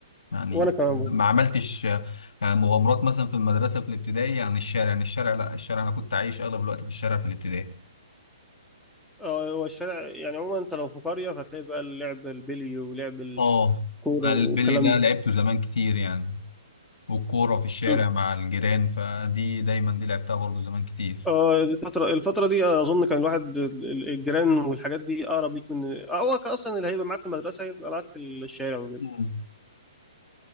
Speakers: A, on the left (about 75°); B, in the centre.
A: يعني
B: وانا كمان
A: ما
B: برضه
A: عملتش آه، يعني مغامرات مثلا في المدرسة في الابتدائي يعني الشارع يعني الشارع لا الشارع أنا كنت عايش أغلب الوقت في الشارع في الابتدائي
B: آه هو الشارع يعني عموما انت لو في قريه فتلاقي بقى اللعب البلي ولعب
A: اه
B: الكوره
A: البلي
B: والكلام
A: ده لعبته زمان كتير يعني والكورة في الشارع
B: ده
A: مع الجيران فدي دايما دي لعبتها برضو زمان كتير
B: اه دي الفترة الفترة دي أظن كان الواحد ال- ال- الجيران والحاجات دي أقرب ليك من آه، هو كان أصلا اللي هيبقى معاك في المدرسة هيبقى معاك في الشارع وكده
A: مم.